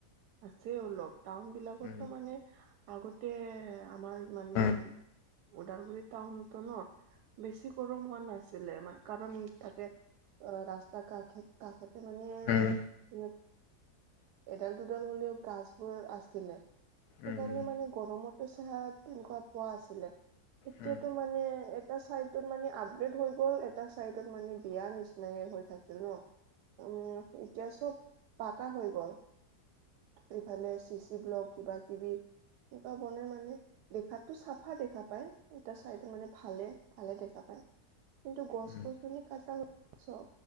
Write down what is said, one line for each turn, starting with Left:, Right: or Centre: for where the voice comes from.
Right: আছে অলপ। টাউন বিলাকতো
Left: উম,
Right: মানে আগতে আমাৰ মানে
Left: উম,
Right: ওদালগুৰি টাউনতো ন বেছি গৰম হোৱা নাছিলে আমাৰ। কাৰণ তাতে অ ৰাস্তা কাষ কাষতে মানে
Left: উম।
Right: কিন্তু এডাল দুডাল হ'লেও গছবোৰ আছিলে সেইকাৰণে
Left: উম, উম,
Right: মানে গৰমতো চাহ তেনেকুৱা পোৱা আছিলে, এতিয়াতো
Left: উম, উম,
Right: মানে এটা চাইট ত মানে আপগ্ৰেড হৈ গ'ল এটা চাইডত মানে বিয়া নিচিনাই হৈ থাকিল ন। উম এতিয়া চব পাকা হৈ গ'ল। এইফালে চি চি ব্লগ কিবা কিবি এনেকুৱা বনাই মানে দেখাটো চাফা দেখা পায়, এটা চাইড মানে ভালে ভালে দেখা পায়। কিন্তু গছ-গছনি
Left: উম,
Right: কাটা চব,